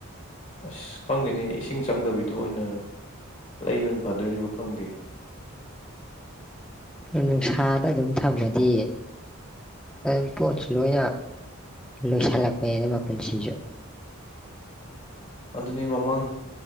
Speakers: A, on the left; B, in the centre.
A: ꯑꯁ ꯈꯪꯗꯦꯅꯦ ꯏꯁꯤꯡ ꯆꯪꯗꯕꯤꯗ ꯑꯣꯏꯅ ꯂꯩꯕꯅ ꯐꯗꯣꯏꯔꯤꯕ ꯈꯪꯗꯦ꯫
B: ꯅꯨꯡꯁꯥꯗ ꯑꯗꯨꯝ ꯊꯝꯃꯗꯤ ꯑꯗꯨꯝ ꯄꯣꯠꯁꯨ ꯂꯣꯏꯅ ꯂꯣꯏꯁꯤꯜꯂꯛꯄꯅꯦꯅ ꯃꯄꯨꯟꯁꯤꯁꯨ꯫
A: ꯑꯗꯨꯅꯤ ꯃꯃꯥꯡ